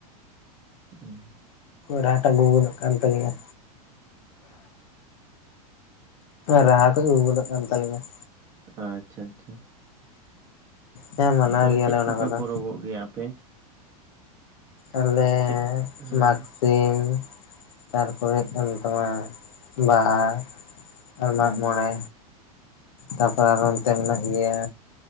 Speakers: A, on the right (about 15°); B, on the left (about 65°).
A: ᱦᱩᱸ᱾
B: ᱨᱟᱦᱟᱴᱟ <inaudible> ᱠᱟᱱ ᱛᱟᱹᱞᱤᱧᱟ᱾ ᱨᱟᱦᱟ ᱠᱚ ᱜᱩᱸᱜᱩᱫᱚᱜ ᱠᱟᱱ ᱛᱟᱹᱞᱤᱧᱟᱺ
A: ᱟᱪᱪᱷᱟ ᱟᱪᱪᱷᱟ᱾
B: ᱦᱮᱸ ᱢᱟᱱᱟᱣ
A: ᱛᱟᱦᱞᱮ
B: ᱜᱮᱭᱟᱞᱮ
A: ᱪᱮᱫ
B: ᱚᱱᱟ
A: ᱠᱚᱯᱮ
B: ᱠᱚᱫᱚ
A: ᱯᱚᱨᱚᱵᱚᱜ ᱜᱮᱭᱟ ᱟᱯᱮ?
B: ᱟᱞᱮ
A: ᱪᱮᱫ ᱦᱮᱸ
B: ᱢᱟᱜᱽ ᱥᱤᱢ ᱛᱟᱨᱯᱚᱨᱮ ᱦᱩᱭᱩᱜ ᱠᱟᱱ ᱛᱚᱢᱟ ᱵᱟᱦᱟ᱾ ᱟᱨ ᱢᱟᱜ
A: ᱦᱮᱸ
B: ᱢᱚᱬᱮ ᱛᱟᱯᱚᱨᱮ ᱟᱨᱦᱚᱸ ᱚᱱᱚᱛᱮ ᱢᱮᱱᱟᱜ ᱜᱮᱭᱟ